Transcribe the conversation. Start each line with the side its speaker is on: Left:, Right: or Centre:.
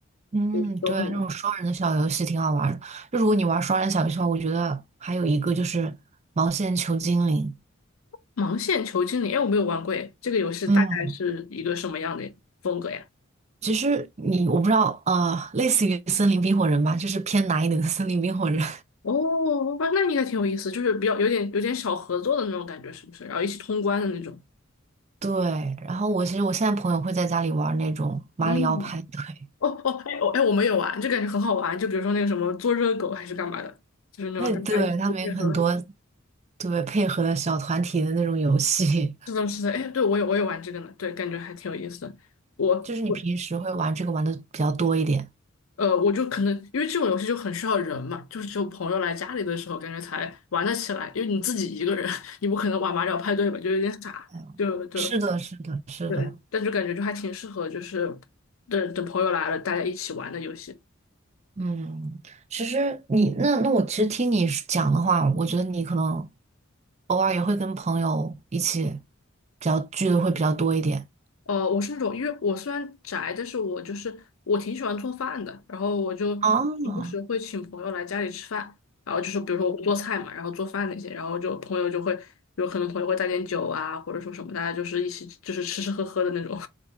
Right: 嗯，
Left: 对，都会玩。
Right: 对，那种双人的小游戏挺好玩的。就如果你玩双人小游戏的话，我觉得还有一个就是毛线球精灵。
Left: 盲线球经理，哎，我没有玩过，哎，这个游戏大概是一个什么样的风格呀？
Right: 嗯。其实你我不知道，呃，类似于森林冰火人吧，就是偏难一点的森林冰火人。
Left: 哦，那那应该挺有意思，就是比较有点有点小合作的那种感觉，是不是？然后一起通关的那种。
Right: <laughs> 对，然后我其实我现在朋友会在家里玩那种马里奥派对，
Left: 嗯，哦哦，哎哦哎，我们也玩，就感觉很好玩。就比如说那个什么做热狗还是干嘛的，就是那种大家一起配合。
Right: 哎，对，他们有很多对配合的小团体的那种游戏，
Left: 是的，是的，哎，对，我也我也玩这个呢，对，感觉还挺有意思的。
Right: <laughs>
Left: 我我
Right: 就是你平时会玩这个玩的比较多一点。
Left: 呃，我就可能因为这种游戏就很需要人嘛，就是只有朋友来家里的时候，感觉才玩得起来。因为你自己一个人，<laughs> 你不可能玩马里奥派对吧，就有点傻。
Right: 嗯，
Left: 就就
Right: 是的，是的，是的。
Left: 对，但就感觉就还挺适合，就是等等朋友来了，大家一起玩的游戏。
Right: 嗯，其实你那那我其实听你是讲的话，我觉得你可能偶尔也会跟朋友一起比较聚的会比较多一点。
Left: 呃，我是那种，因为我虽然宅，但是我就是我挺喜欢做饭的，然后我就时不时会请朋友来家里吃饭，
Right: 哦，
Left: 然后就是比如说我会做菜嘛，然后做饭那些，然后就朋友就会有可能朋友会带点酒啊，或者说什么，大家就是一起就是吃吃喝喝的那种。